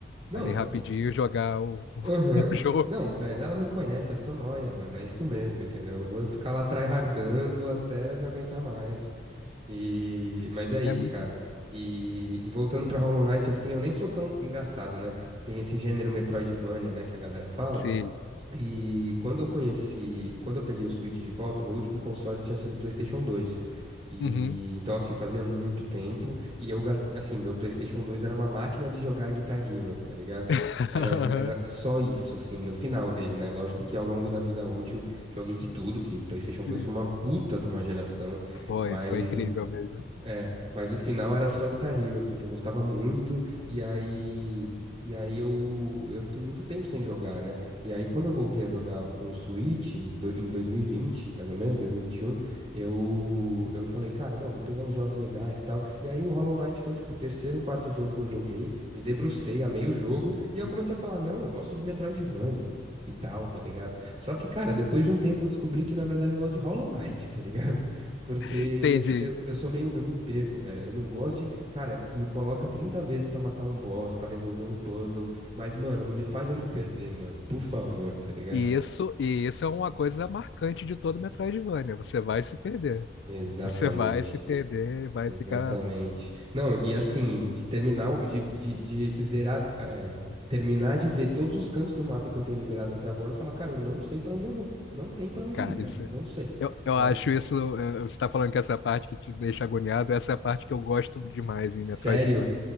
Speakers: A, on the right; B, on the left.
A: Não.
B: ali rapidinho
A: <laughs>
B: jogar um,
A: Aham.
B: <laughs> um jogo.
A: Não, mas ela me conhece, eu sou nóia, mano. É isso mesmo, entendeu? Eu vou ficar lá tryhardando até não aguentar mais. E... Mas é isso,
B: É muito.
A: cara. E... e voltando pra Hollow Knight, assim, eu nem sou tão engraçado, né? Tem esse gênero Metroidvania, né, que a galera fala.
B: Sim.
A: E quando eu conheci, quando eu peguei o Switch de volta, meu último console tinha sido o PlayStation 2. E
B: Uhum.
A: então assim, fazia muito tempo e eu gast... assim, meu PlayStation 2 era uma máquina de jogar Guitar Hero, tá ligado?
B: <laughs>
A: Era, era só isso assim, no final dele, né? Lógico que ao longo da vida útil joguei de tudo, que PlayStation
B: Sim,
A: 2 foi uma puta de uma geração,
B: foi,
A: mas
B: foi incrível
A: o,
B: mesmo.
A: é, mas o final era só Guitar Hero, assim, que eu gostava muito, e aí, e aí eu, eu fiquei muito tempo sem jogar, né? E aí quando eu voltei a jogar com o Switch, do- em 2020, mais ou menos, 2021, eu, eu falei, cara, não, vou pegar uns jogos legais e tal. E aí o Hollow Knight foi, tipo, o terceiro ou quarto jogo que eu joguei, me debrucei, amei o jogo,
B: Sim.
A: e aí eu comecei a falar, não, eu gosto de Metroidvania. E tal, tá ligado? Só que, cara, depois de um tempo eu descobri que na verdade eu gosto de Hollow Knight, tá ligado? Porque
B: Entendi.
A: meta- eu, eu sou meio. Eu me perco, velho. Eu não gosto de. Cara, me coloca 30 vezes pra matar um boss, pra resolver um puzzle. Mas, mano, não me faz eu me perder, mano. Por favor, tá ligado?
B: E isso, e isso é uma coisa marcante de todo Metroidvania. Você vai se perder.
A: Exatamente.
B: Você vai se perder, e vai
A: Exatamente.
B: ficar.
A: Não, e assim, de terminar. o- De, de, de zerar. é, terminar de ver todos os cantos do mapa que eu tenho liberado até agora e falar, cara, eu não sei pra onde eu vou. Não tem pra onde
B: Cara,
A: ir, cara.
B: isso,
A: Não sei,
B: eu,
A: sabe?
B: eu acho isso. eh, Você está falando que essa parte que te deixa agoniado, essa é a parte que eu gosto demais em
A: Sério?
B: Metroidvania.